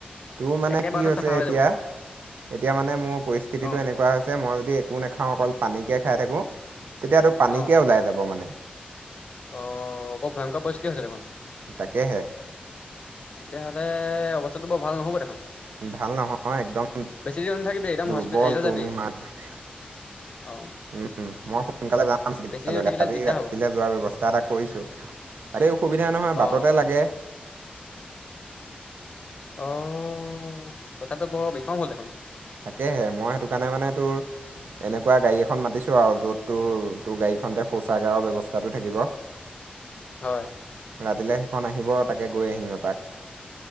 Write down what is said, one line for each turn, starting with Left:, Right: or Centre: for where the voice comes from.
Right: তোৰ মানে
Left: একেবাৰতে
Right: কি হৈছে
Left: চাফা হৈ
Right: এতিয়া
Left: যাব।
Right: এতিয়া মানে মোৰ পৰিস্থিতিটো
Left: অ
Right: এনেকুৱা হৈছে, মই যদি একো নাখাওঁ অকল পানীকে খাই থাকোঁ তেতিয়াতো পানীকে
Left: অ
Right: ওলাই যাব মানে।
Left: অ' বৰু ভয়ংকৰ পৰিস্থিতি হৈছে দেখোন।
Right: তাকেহে।
Left: তেতিয়াহ'লে অৱস্থাটো বৰ ভাল নহ'ব দেখোন।
Right: ভাল নহয় একদম
Left: বেছি দেৰি নাথাকিবি একদম
Right: দুৰ্বল
Left: হস্পি হেৰিলৈ
Right: তুমি
Left: যাবি
Right: মোৰ মাত
Left: অ
Right: উম মই সোনকালে যাম চিকিৎসাললৈ,
Left: বেছি দেৰি থাকিলে
Right: আজি
Left: দিগদাৰ
Right: ৰাতিলে
Left: হ'ব
Right: যোৱাৰ ব্যৱস্থা এটা কৰিছোঁ, সেইতোৱেই অসুবিধা নহয়
Left: অ
Right: বাটতে
Left: অ
Right: লাগে।
Left: অ' কথটোটো বৰ বিষম হ'ল দেখোন।
Right: তাকেহে মই সেইটো কাৰণে মানে তোৰ এনেকুৱা গাড়ী এখন মাতিছোঁ আৰু য'ত তোৰ তোৰ গাড়ীখনতে শৌচাগাৰৰ ব্যৱস্থাটো থাকিব।
Left: হয়।
Right: ৰাতিলৈ সেইখন আহিব তাকে গৈ আহিম এপাক।